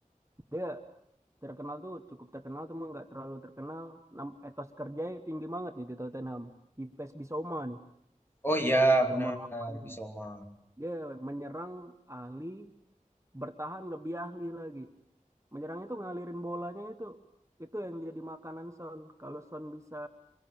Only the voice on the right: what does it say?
dia terkenal tuh cukup terkenal cuma nggak terlalu terkenal Nam- etos kerjanya tinggi banget nih di Tottenham Yves Bissouma nih
nomor delapan
dia menyerang ahli bertahan lebih ahli lagi menyerangnya tuh ngalirin bolanya itu itu yang jadi makanan Son kalau Son bisa